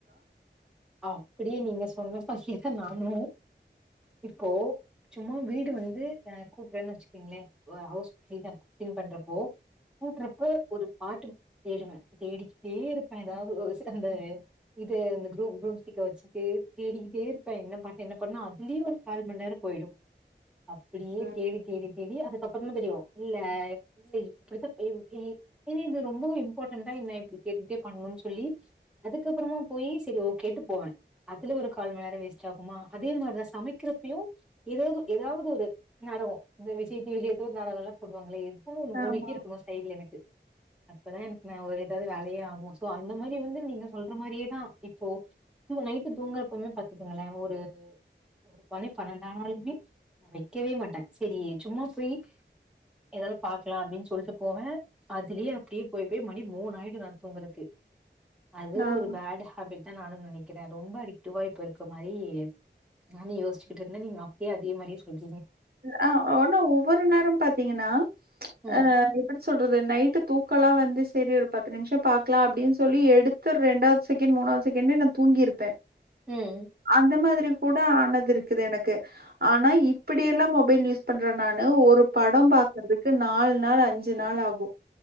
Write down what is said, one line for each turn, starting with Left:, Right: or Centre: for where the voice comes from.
Centre: அப்படியே நீங்க சொன்ன பாக்கிய நானோ இப்போ சும்மா வீடு வந்து அ கூட்றன்னு வெச்சுக்குங்களே ஒ ஹவுஸ் கீளீன் பண்றப்போ கூட்றப்போ ஒரு பாட்டு தேடுவ தேடிகிட்டே இருப் அ ஏதாவத் ஓ ஓ ஓ செந்த இது இந்த குரூம் குரூம்ஸ்டிக்க வெச்சுட்டு தேடிகிட்டே இருப்பே என்ன பாட்டு என்ன பண்ணா அதுலயு ஒரு கால் மணி நேரோ போயிடோ அப்படியே
Right: ம்.
Centre: தேடி தேடி தேடி அதுக்கப்புறந்தா தெரியு இல்ல இல்ல இப்படித்தா இ இது இது ரொம்பவு இம்பாட்டண்டா என்ன இப்படி கேட்டுட்டே பண்நொன்னு சொல்லி அதுக்கப்புறமா போயி சரி ஓ கேட்டு போவே அதுல ஒரு கால் மணிநேரொ வேஸ்ட் ஆகுமா அதே மாதிரிதா சமைக்கிறப்பயு ஏதாவது ஏதாவது ஒரு நாடகோ இந்த விஜய் டீ வி ஏதோ ஒரு நாடகோலா போடுவாங்கள்ல ஏத் வோ ஒன்னு ஓடிட்டே
Right: ஆமா.
Centre: இருக்கணோ சைடுல எனக்கு அப்பதா எனக்கு நா ஒரு ஏதாவது வேலையே ஆகோ சோ அந்த மாரி வந்து நீங்க சொல்ற மாரியேதா இப்போ தூ நைட்டு தூங்குறப்பமே பாத்துக்கங்களே ஒரு ஒரு பனி பன்னண்டு ஆநாளுமே நா வெக்கவே மாட்ட சரி சும்மா போயி ஏதாவது பாக்கலா அப்டின்னு சொல்ட்டு போவ அதுலேயே அப்படியே போய் போய் மணி மூணாயிடோ நா தூங்கறதுக்கு அது
Right: நான்
Centre: ஒரு பேட் ஹேபிட் தா நானோ நெனைக் ரொம்ப அட்டிக்டிவா இப்ப இருக்க மாரி நானு யோசிச்சுகிட்டு இருந்த நீங்க அப்படியே அதே மாரியே சொல்றீங்
Right: ஆ ஒனா ஒவ்வொரு நேரோ பாத்தீங்கன்னா
Centre: ம்
Right: ஆஹ் இப்படி சொல்றது நைட்டு தூக்கலாம் வந்து செரி ஒரு பத்து நிமிஷோ பாக்கலாம் அப்படின்னு சொல்லி எடுத்து ரெண்டாவது செகண்ட் மூணாவது செகண்டே நான் தூங்கிருப்பேன்
Centre: ம்
Right: அந்த மாதிரி கூட ஆனது இருக்குது எனக்கு ஆனா இப் இப்டியெல்லாம் மொபைல் யூஸ் பண்ற நல ஒரு படம் பாக்குறதுக்கு நாலு நாள் அஞ்சு நாள் ஆகும்